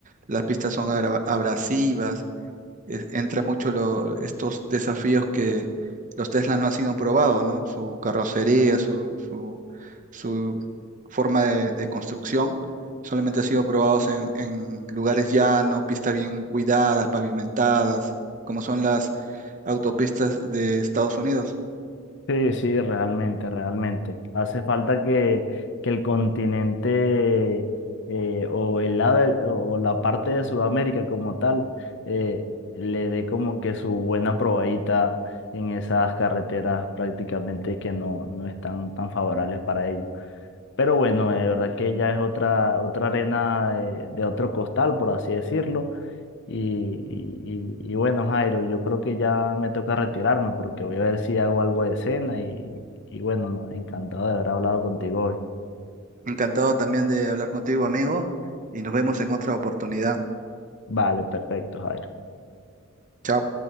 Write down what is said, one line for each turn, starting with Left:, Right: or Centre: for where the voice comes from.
Right: las pistas son abra- abrasivas. es- entra mucho lo- estos desafíos que los Teslas no han sido probados, ¿no? Su carrocería, su, su, su forma de, de construcción, solamente ha sido probados en, en lugares llanos, pistas bien cuidadas, pavimentadas, como son las autopistas de Estados Unidos.
Left: Sí, sí, realmente, realmente. Hace falta que, que el continente eh, o el lado del- o la parte de Sudamérica como tal eh, le dé como que su buena probadita en esas carreteras prácticamente que no, no están tan favorables para ellos. Pero bueno, de verdad que ya es otra, otra arena de, de otro costal, por así decirlo. Y, y- y- bueno, Jairo, yo creo que ya me toca retirarme porque voy a ver si hago algo de cena y, y bueno, no, encantado de haber hablado contigo hoy.
Right: Encantado también de hablar contigo, amigo, y nos vemos en otra oportunidad.
Left: Vale, perfecto, Jairo.
Right: Chao.